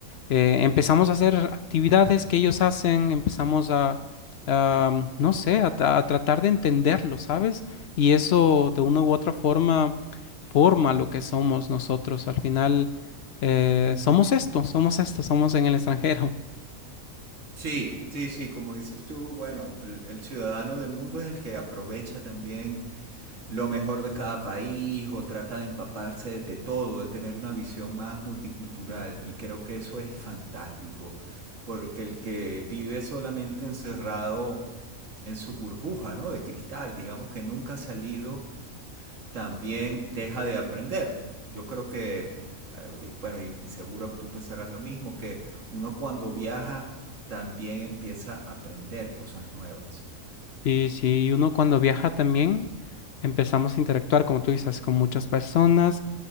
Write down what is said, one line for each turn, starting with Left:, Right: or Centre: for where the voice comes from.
Left: eh, empezamos a hacer actividades que ellos hacen, empezamos a, a, no sé, a, tra- a tratar de entenderlo, ¿sabes? Y eso de una u otra forma forma lo que somos nosotros. Al final, eh, somos esto, somos esto, somos en el extranjero.
Right: Sí, sí, sí, como dices tú, bueno, el, el ciudadano del mundo es el que aprovecha también lo mejor de cada país o trata de empaparse de todo, de tener una visión más multicultural y creo que eso es fantástico, porque el que vive solamente encerrado en su burbuja, ¿no? De cristal, digamos que nunca ha salido también deja de aprender. Yo creo que, eh, y bueno, y, y seguro tú pensarás lo mismo, que uno cuando viaja también empieza a aprender cosas nuevas.
Left: Sí, sí, y uno cuando viaja también empezamos a interactuar, como tú dices, con muchas personas,